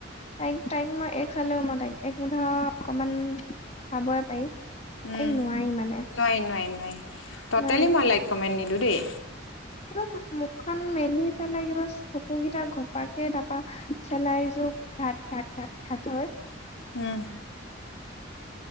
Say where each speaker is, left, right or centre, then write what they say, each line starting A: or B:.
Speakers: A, on the left (about 35°); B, on the left (about 85°).
A: তাইক, তাইক মই এইক চালেও, মই তাইক এক মোৰ ধৰ, অকমান চাবই পাৰি।
B: উম,
A: তাইক নোৱাৰি মানে
B: নাই, নাই, নাই, টটেলি
A: নোৱাৰি
B: মই লাইক কমেণ্ট নিদিও দেই।
A: কিবা মুখখন মেলি পেলাই কিবা চকু কেইটা ঘপাকে তাৰপা চেলাউৰি যোৰ ঘাট, ঘাট, ঘাট, ঘাট হয়।
B: উম।